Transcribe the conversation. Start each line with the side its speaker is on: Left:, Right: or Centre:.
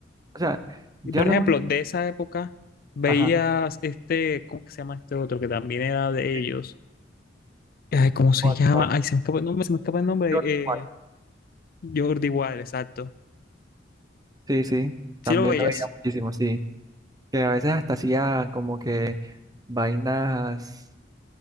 Right: O sea, ya
Left: Y por
Right: lo
Left: ejemplo,
Right: único,
Left: de esa época veías
Right: ajá,
Left: este, ¿cómo que se llama este otro que también era de
Right: sí,
Left: ellos? Ay, ¿cómo se
Right: cuál,
Left: llama?
Right: cuál,
Left: Ay, se me escapa el nombre, se me escapa el nombre.
Right: Jordi
Left: eh,
Right: Wild.
Left: Jordi Wild, exacto.
Right: Sí, sí, también
Left: Sí lo veías.
Right: lo veía muchísimo, sí. que a veces hasta hacía como que vainas